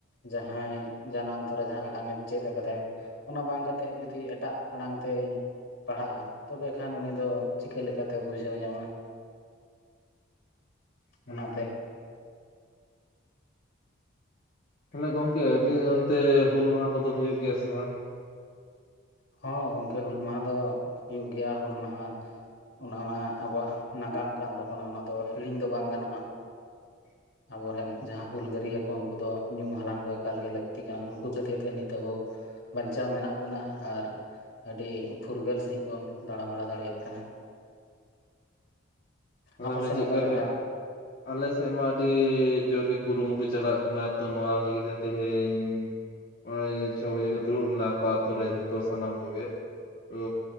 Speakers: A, on the left; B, on the left.
A: ᱡᱟᱦᱟᱸᱭ ᱡᱟᱱᱟᱢ ᱛᱚᱨᱟ ᱡᱟᱦᱟᱸ ᱟᱲᱟᱝ ᱮ ᱪᱮᱫ ᱟᱠᱟᱫᱟᱭ ᱚᱱᱟ ᱵᱟᱝ ᱠᱟᱛᱮᱫ ᱡᱩᱫᱤ ᱮᱴᱟᱜ ᱟᱲᱟᱝ ᱛᱮᱭ ᱯᱟᱲᱦᱟᱜᱼᱟ ᱛᱚᱵᱮ ᱠᱷᱟᱱ ᱩᱱᱤ ᱫᱚ ᱪᱤᱠᱟᱹ ᱞᱮᱠᱟᱛᱮ ᱵᱩᱡᱷᱟᱹᱣ ᱧᱟᱢᱟ
B: ᱦᱩᱸ
A: ᱚᱱᱟᱛᱮ
B: ᱛᱟᱦᱚᱞᱮ ᱜᱚᱝᱠᱮ ᱟᱵᱤᱱ ᱚᱱᱛᱮ ᱦᱩᱞ ᱢᱟᱦᱟ ᱠᱚᱫᱚ ᱦᱩᱭᱩᱜ ᱜᱮᱭᱟ ᱥᱮ ᱵᱟᱝ?
A: ᱦᱚᱸ ᱜᱚᱝᱠᱮ ᱦᱩᱞ ᱢᱟᱦᱟ ᱫᱚ ᱦᱩᱭᱩᱜ ᱜᱮᱭᱟ ᱦᱩᱞ ᱢᱟᱦᱟ ᱚᱱᱟ ᱢᱟ ᱟᱵᱚᱣᱟᱜ ᱱᱟᱜᱟᱢ ᱠᱟᱱ ᱛᱟᱵᱚᱱᱟ ᱚᱱᱟ ᱫᱚ ᱦᱤᱲᱤᱧ ᱫᱚ ᱵᱟᱝ ᱜᱟᱱᱚᱜᱼᱟ᱾
B: <inaudible>
A: ᱟᱵᱚᱨᱮᱱ ᱡᱟᱦᱟᱸ ᱦᱩᱞᱜᱟᱹᱨᱭᱤᱭᱟ ᱠᱚ ᱩᱱᱠᱩ ᱫᱚ ᱧᱩᱢ ᱦᱟᱞᱟᱝ ᱫᱚ ᱮᱠᱟᱞ ᱜᱮ ᱞᱟᱹᱠᱛᱤ ᱠᱟᱱᱟ ᱩᱱᱠᱩ ᱠᱷᱟᱹᱛᱤᱨ ᱛᱮ ᱱᱤᱛ ᱟᱵᱚ ᱵᱟᱧᱪᱟᱣ ᱢᱮᱱᱟᱜ ᱵᱚᱱᱟ, ᱟᱨ ᱟᱹᱰᱤ ᱯᱷᱩᱨᱜᱟᱹᱞ ᱥᱟᱹᱦᱤᱡ ᱵᱚᱱ ᱫᱟᱬᱟᱵᱟᱲᱟ ᱫᱟᱲᱮᱭᱟᱜ ᱠᱟᱱᱟ᱾
B: ᱚᱱᱟᱢᱟ
A: ᱟᱯᱮ
B: ᱢᱟ
A: ᱥᱮᱱ
B: ᱪᱮᱫᱠᱟ
A: ᱚᱠᱟ ᱞᱮᱠᱟ
B: ᱦᱩᱭᱩᱜᱼᱟ ᱟᱞᱮ ᱥᱮᱫ ᱢᱟ ᱟᱹᱰᱤ ᱡᱩᱨ ᱜᱮ ᱠᱩᱨᱩᱢᱩᱴᱩ ᱪᱟᱞᱟᱜ ᱠᱟᱱᱟ ᱛᱚ ᱱᱚᱣᱟ ᱞᱟᱹᱜᱤᱫ ᱛᱮ ᱛᱮᱦᱮᱧ ᱱᱚᱜ-ᱚᱭ ᱪᱷᱚ ᱵᱟᱡᱮ ᱠᱚ ᱫᱩᱲᱩᱵ ᱞᱮᱱᱟ ᱠᱚ ᱟᱛᱚ ᱨᱮ ᱡᱷᱚᱛᱚ ᱥᱟᱱᱟᱢ ᱠᱚᱜᱮ ᱛᱚ